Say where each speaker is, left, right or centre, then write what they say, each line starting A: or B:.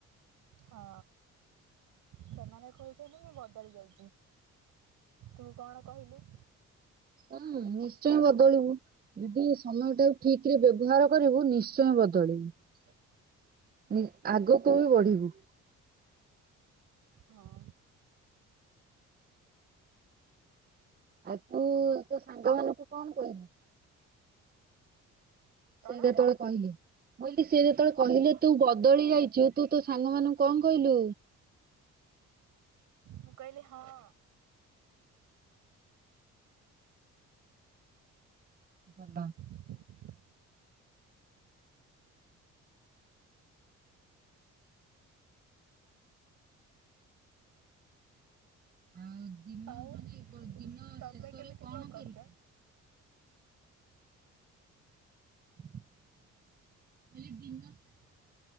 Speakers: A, on the right; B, on the right.
A: ହଁ ସେମାନେ କହୁଛନ୍ତି ମୁଁ ବଦଳି ଯାଇଛି। ତୁ କଣ କହିଲୁ?
B: ହୁଁ ନିଶ୍ଚୟ ବଦଳିବୁ। ଯଦି ସମୟ ଟାକୁ ଠିକ ରେ ବ୍ୟବହାର କରିବୁ ନିଶ୍ଚୟ ବଦଳିବୁ। ଉ ଆଗକୁ ବି ବଢିବୁ।
A: ହଁ।
B: ଆ ତୁ ତ ସାଙ୍ଗମାନଙ୍କୁ ମୁ କଣ କହିବୁ।
A: କଣ?
B: ସେ ଯେତେବେଳେ କହିଲେ ମୁଁ କହିଲି ସେ ଯେତେବେଳେ କହିଲେ ତୁ ବଦଳି ଯାଇଛୁ ତୁ ସାଙ୍ଗ ମାନଙ୍କୁ କଣ କହିଲୁ?
A: ମୁଁ କହିଲି ହଁ।
B: ଧ
A: <inaudible>
B: <inaudible> ଏଁ ଦିନ
A: ଆଉ
B: ମାନେ ଦିନ
A: ତମେ
B: ଶେଷରେ
A: କେମିତି
B: କଣ
A: କରୁଛ?
B: କରୁ। ମାନେ ଦିନ <unintelligible>